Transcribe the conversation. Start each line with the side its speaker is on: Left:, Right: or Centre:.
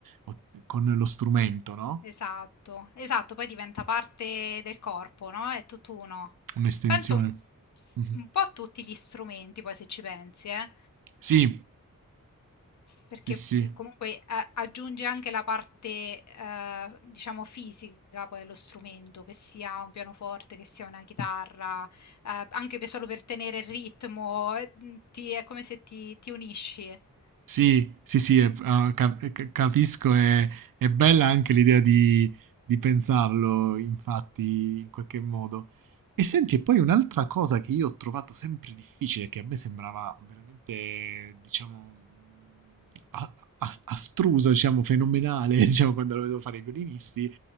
Right: o- con lo strumento, no?
Left: Esatto, esatto, poi diventa parte del corpo, no? È tutt'uno.
Right: Un'estensione.
Left: Penso un,
Right: Mhm.
Left: un po' a tutti gli strumenti, poi se ci pensi, eh.
Right: Sì,
Left: Perché,
Right: sì, sì.
Left: mhmm, comunque a aggiunge anche la parte, ehm, diciamo fisica poi allo strumento, che sia un pianoforte, che sia una chitarra, ehm, anche pe solo per tenere il ritmo, ehm, ti è come se ti ti unisci. <laughs>
Right: Sì, sì, sì, è- ah, cap- ca- capisco, è, è bella anche l'idea di, di pensarlo, infatti, in qualche modo. E senti, e poi un'altra cosa che io ho trovato sempre difficile, che a me sembrava veramente, diciamo, mh, a- a- astrusa, diciamo, fenomenale, <laughs> diciamo,
Left: Mh.
Right: quando lo vedevo fare i violinisti,